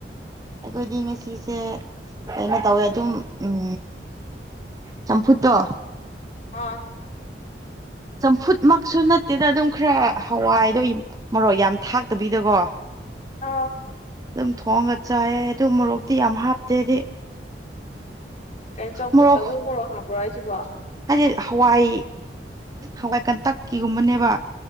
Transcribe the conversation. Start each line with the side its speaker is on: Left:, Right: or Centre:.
Right: ꯑꯩꯈꯣꯏꯗꯤ ꯉꯁꯤꯁꯦ ꯑꯩꯅ ꯇꯧꯋꯦ ꯑꯗꯨꯝ ꯎꯝ ꯆꯝꯐꯨꯠꯇꯣ
Left: ꯑꯥ
Right: ꯆꯝꯐꯨꯠꯃꯛꯁꯨ ꯅꯠꯇꯦꯗ ꯑꯗꯨꯝ ꯈꯔ ꯍꯋꯥꯏꯗꯣ ꯃꯔꯣꯔꯣꯛ ꯌꯥꯝ ꯊꯥꯛꯇꯕꯤꯗꯒꯣ
Left: ꯑꯥ
Right: ꯑꯗꯨꯝ ꯊꯣꯡꯉ ꯆꯥꯏꯌꯦ ꯑꯗꯨ ꯃꯣꯔꯣꯛꯇꯤ ꯌꯥꯝ ꯍꯥꯞꯇꯦꯗꯤ
Left: ꯀꯩꯅꯣ ꯆꯝꯐꯨꯠꯇꯕꯨꯃꯣ
Right: ꯃꯣꯔꯣꯛ
Left: ꯍꯥꯞꯄ꯭ꯔꯣ ꯍꯥꯏꯁꯤꯕꯣ
Right: ꯍꯥꯏꯗꯤ ꯍꯋꯥꯏ ꯍꯋꯥꯏ ꯀꯟꯇꯛꯀꯤꯒꯨꯝꯕꯅꯦꯕ